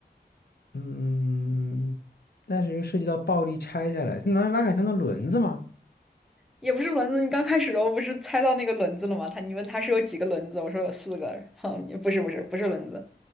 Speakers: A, on the left; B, in the centre.
A: 嗯，但是又涉及到暴力拆下来，它难道拉杆箱的轮子吗？
B: 也不是轮子，你刚开始的时候不是猜到那个轮子了吗？他你问他是有几个轮子，我说有四个，哼，后不是不是不是轮子。